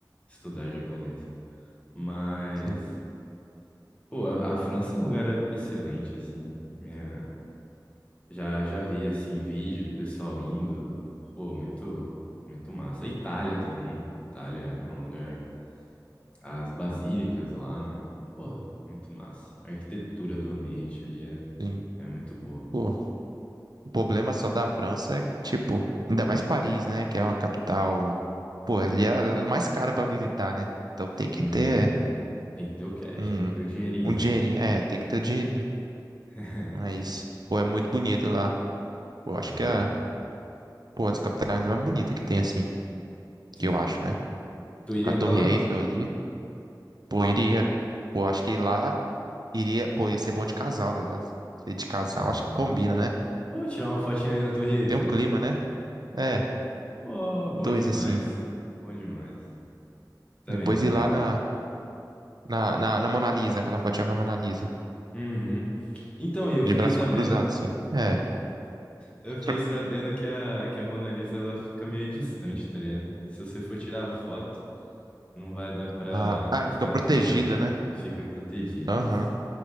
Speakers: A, on the left (about 15°); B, on the right (about 65°).
A: estudar japonês. Mas,
B: Sim,
A: pô, a, a França é um lugar excelente, assim. Minha, já, já vi, assim, vídeo do pessoal indo. Pô, muito, muito massa. Itália também. Itália é um lugar. As basílicas lá, né? Pô, muito massa. A arquitetura do ambiente ali é,
B: sim.
A: é muito boa.
B: Pô, o problema só da França é, tipo, ainda mais Paris, né? Que é uma capital. Pô, ali é a mais cara pra visitar, né? Então tem que
A: Uhum.
B: ter
A: Tem que ter o cash,
B: um,
A: tem que ter o dinheirinho
B: um dinheirinho.
A: ali.
B: É, tem que ter o dinheirinho.
A: <laughs>
B: Mas, pô, é muito bonito lá. Pô, acho
A: Aham,
B: que a Pô, a das capitais mais bonita que tem, assim,
A: sim.
B: que eu acho, né?
A: Tu iria
B: Com a Torre
A: pra lá?
B: Eiffel ali, pô, Ah, iria. Pô, acho que lá iria, pô, ia ser bom de casal, tá ligado? Ser de casal,
A: Aham.
B: acho que combina, né?
A: Pô, tirar uma fotinha ali na Torre Eiffel.
B: Tem um clima, né? É,
A: Pô, bom
B: dois,
A: demais.
B: assim.
A: Bom demais. Também,
B: Depois
A: também.
B: ir lá na, na, na, na Mona Lisa, aquela fotinha com a Mona Lisa,
A: Uhum. Então, e eu
B: de
A: fiquei
B: braço
A: sabendo,
B: cruzado, assim. É.
A: eu fiquei
B: <laughs>
A: sabendo que a, que a Mona Lisa ela fica meio distante, tá ligado? Se você for tirar a foto, não vai dar pra
B: Ah, ah, é que
A: ficar
B: fica protegida,
A: tão pertinho.
B: né?
A: Fica protegido
B: Aham.
A: isso.